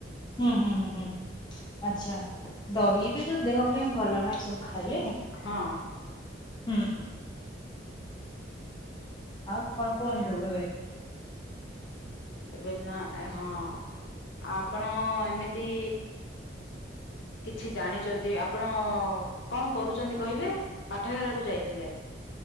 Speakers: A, on the left; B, on the left.
A: ହୁଁ ହୁଁ ହୁଁ ହୁଁ ଆଚ୍ଛା ଦହି ବି ତ ଦେହ ପାଇଁ ଭଲ ନାହିଁ ସବୁ ଖାଇଲେ।
B: ହଁ।
A: ହୁଁ। ଆଉ କଣ କୁହନ୍ତୁ ଏବେ।
B: ଏବେ ନା ହଁ ଆପଣ ଏମିତି କିଛି ଜାଣିଛନ୍ତି ଆପଣ କଣ କରୁଛନ୍ତି କହିଲେ ପାଠାଗାରାକୁ ଯାଇଥିଲେ।